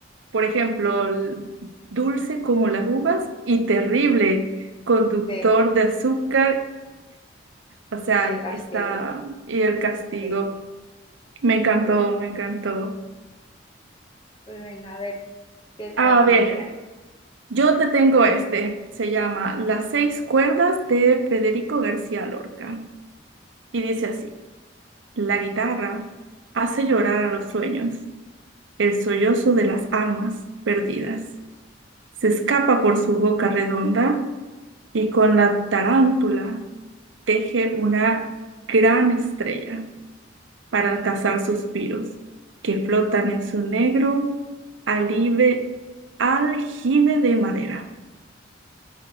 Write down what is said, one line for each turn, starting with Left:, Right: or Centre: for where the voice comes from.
Right: por ejemplo,
Left: di-
Right: dulce como las uvas y terrible, conductor
Left: sí.
Right: de azúcar, o sea,
Left: Y el castigo.
Right: está, y el castigo.
Left: Sí,
Right: Me encantó,
Left: sí.
Right: me encantó.
Left: Pues venga, a ver qué
Right: A
Left: tema
Right: ver,
Left: me traes.
Right: yo te tengo este, se llama Las seis cuerdas de Federico García Lorca, y dice así, la guitarra hace llorar a los sueños, el sollozo de las almas perdidas. Se escapa por su boca redonda y con la tarántula teje una gran estrella para alcanzar suspiros que flotan en su negro alive, aljibe de madera.